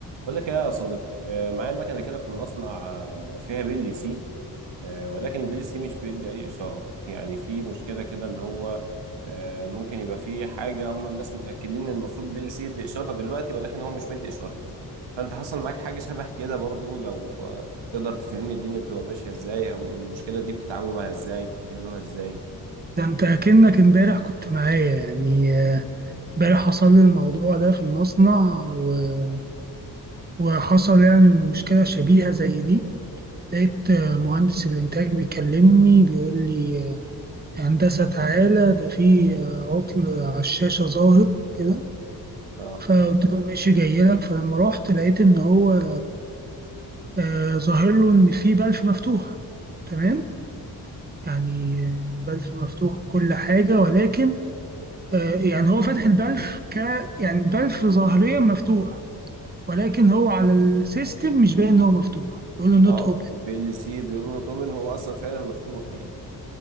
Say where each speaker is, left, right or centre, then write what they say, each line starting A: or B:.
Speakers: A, on the right; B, on the right.
A: بقول لك ايه يا صديقي آه، معايا مكنه كده في المصنع آه، فيها بي ال سي آه، ولكن البي ال سي مش بيدي اي اشارات يعني في مشكله كده ان هو آه، ممكن يبقى في حاجه هم الناس متاكدين ان المفروض بي ال سي يدي اشاره دلوقتي ولكن هو مش مدي اشاره فانت حصل معاك حاجه شبه كده برضو لو آه، تقدر تفهمني الدنيا بتبقى ماشيه ازاي او المشكله دي بتتعاملوا معاها ازاي بتحلوها ازاي
B: ده انت اكنك امبارح كنت معايا يعني آه، امبارح حصل لي الموضوع ده في المصنع و- وحصل يعني مشكلة شبيهة زي دي لقيت آه، مهندس الانتاج بيكلمني بيقول لي آه، هندسة تعالى ده في آه، عطل على الشاشة ظاهر كده
A: اه
B: فقلت له ماشي جاي لك فلما رحت لقيت ان هو آه، ظاهر له ان في بلف مفتوح تمام يعني آه، بلف مفتوح وكل حاجة ولكن آه، يعني هو فتح البلف ك يعني البلف ظاهريا مفتوح ولكن هو على السيستم مش باين ان هو مفتوح يقول له نوت
A: اه
B: اوبن
A: البي ال سي بيقولوا انه طبعا هو اصلا فعلا مفتوح يعني